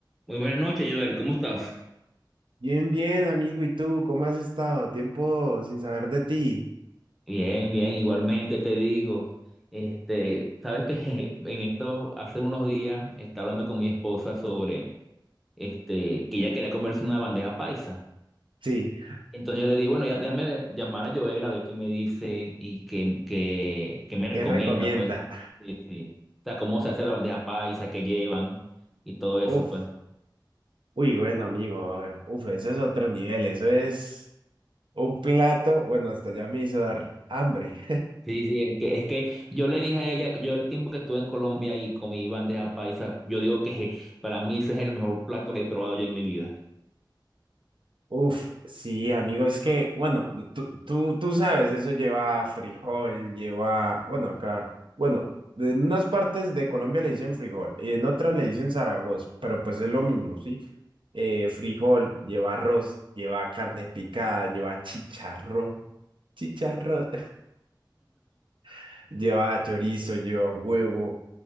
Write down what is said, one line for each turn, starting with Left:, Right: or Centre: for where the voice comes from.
Centre: Muy buenas noches, Joel. ¿Cómo estás?
Right: Bien, bien, amigo. ¿Y tú cómo has estado? Tiempo sin saber de ti.
Centre: Bien, bien, igualmente te digo, este, sabes que <laughs> en estos, hace unos días, estaba hablando con mi esposa sobre, este, que ella quería comerse una bandeja paisa.
Right: Sí,
Centre: Entonces yo le dije, bueno, ya, déjame llamar a Joel a ver qué me dice y qué, qué, qué me recomienda,
Right: ¿qué recomienda?
Centre: pues. Sí, sí. O sea, cómo se hace la bandeja paisa, qué llevan y todo eso,
Right: Uf,
Centre: pues.
Right: uy, bueno, amigo. Uf, eso es otro nivel. Eso es un plato. Bueno, hasta ya me hizo dar hambre.
Centre: Sí, sí, es que, es que yo le dije a ella, yo el tiempo que estuve en Colombia y comí bandeja paisa, yo digo que <laughs> para mí ese es el mejor plato que he probado yo en mi vida.
Right: Uf, sí, amigo, es que, bueno, tú, tú, tú sabes, eso lleva frijol, lleva, bueno, acá, bueno, en unas partes de Colombia le dicen frijol y en otras le dicen Zaragoza, pero pues es lo mismo, ¿sí? Eh, frijol, lleva arroz, lleva carne picada, lleva chicharrón, chicharrón, <laughs> lleva chorizo, lleva huevo,